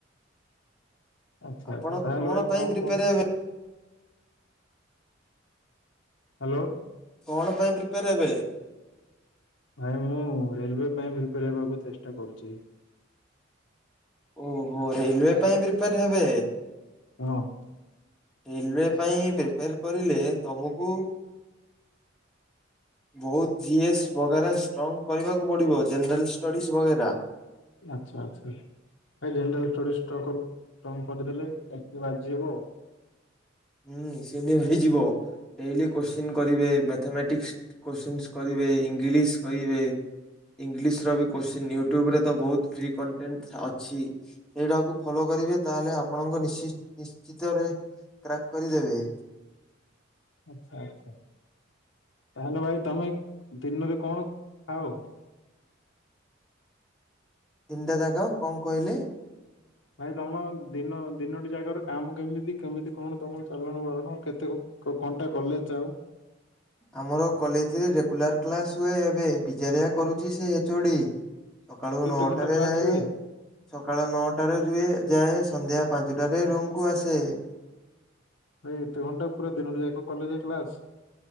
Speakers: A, on the left; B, in the centre.
A: ଆଚ୍ଛା
B: ଆପଣ
A: ଆଚ୍ଛା ତାହେଲେ
B: କଣ
A: ଭାଇ
B: ପାଇଁ ପ୍ରିପେୟାର
A: କଣ
B: ହେବେ?
A: ହ୍ୟାଲୋ।
B: କଣ ପାଇଁ ପ୍ରିପେୟାର ହେବେ?
A: ଭାଇ ମୁଁ ରେଲୱେ ପାଇଁ ପ୍ରିପେୟାର ହେବାକୁ ଚେଷ୍ଟା କରୁଛି।
B: ଓହୋ ରେଲୱେ ପାଇଁ ପ୍ରିପେୟାର ହେବେ।
A: ଉଁ ଅଁ।
B: ରେଲୱେ ପାଇଁ ପ୍ରିପେୟାର କରିଲେ ତମକୁ ବହୁତ ଜିଏସ ବଗେରା ଷ୍ଟ୍ରଙ୍ଗ କରିବାକୁ ପଡିବ ଜେନେରାଲ ଷ୍ଟଡିସ ବଗେରା।
A: ଆଚ୍ଛା ଆଚ୍ଛା ଭାଇ ଜେନେରାଲ୍ ଷ୍ଟଡିସ ଷ୍ଟ୍ରଙ୍ଗ କରିଦେଲେ ବାଜିିଯିବ।
B: ହୁଁ ସେଠି ହେଇଯିବ ଡେଲି କୋଶ୍ଚିନ କରିବେ ମେଥମେଟିକ୍ସ। କୋଶ୍ଚିନସ କରିବେ ଇଂଲିଶ କରିବେ ଇଂଲିଶରବି କୋଶ୍ଚିନ ୟୁଟ୍ୟୁବରେତ ବହୁତ ଫ୍ରି କଣ୍ଟେନ ଅଛି। ଅଛି ଏଇଟାକୁ ଫଲୋ କରିବେ ତାହେଲେ ଆପଣଙ୍କ ନି ନିଶ୍ଚିତରେ କ୍ରାକ କରିଦେବେ।
A: ଆଚ୍ଛା ଆଚ୍ଛା ତାହେଲେ ଭାଇ ତମେ ଦିନରେ କଣ ଖାଅ?
B: ତିିନିଟା ଜାକ କଣ କହିଲେ?
A: ଭାଇ ତମ ଦିନ ଦିନୋଟି ଜାକର କାମ କେମିତି କେମିତି କଣ ତମ ଚାଲଣ ବରଣ। କେତେ ଘ ଘଣ୍ଟା କଲେଜ ଯାଅ?
B: ଆମର କଲେଜରେ ରେଗୁଲାର କ୍ଲାସହୁଏ ଏବେ ବିଜାରିଆ କରୁଛି ସେ ଏଚଓଡି। ସକାଳୁ
A: କେତେ
B: ନଅଟାରେ
A: ଘଣ୍ଟା କ୍ଲାସ
B: ଯାଏ।
A: ହୁଏ
B: ସକାଳ ନଅଟାରେ ଯିଏ ଯାଏ ସନ୍ଧ୍ୟା ପାଞ୍ଚଟାରେ ରୁମକୁୁ ଆସେ।
A: ଭାଇ ଏତେ ଘଣ୍ଟା ପୁରା ଦିନଟି ଯାକ କଲେଜରେ କ୍ଲାସ?